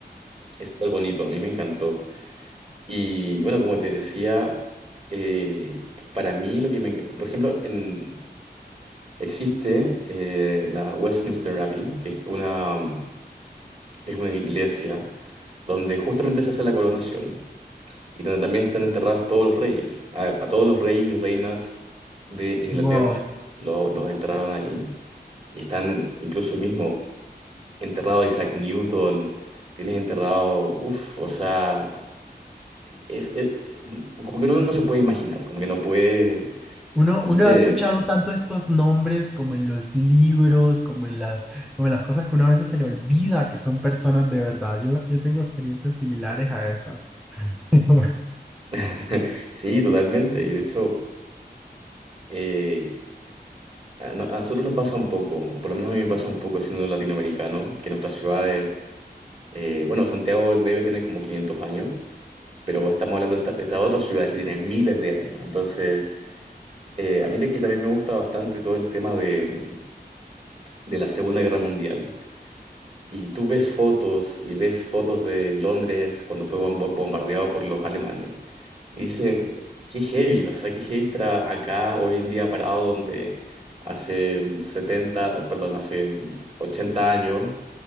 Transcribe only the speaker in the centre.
Wow.
Uno,
uno
ha escuchado tanto estos nombres como en los libros, como en las, como en las cosas que uno a veces se le olvida que son personas de verdad. Yo, yo tengo experiencias similares a esa. <laughs>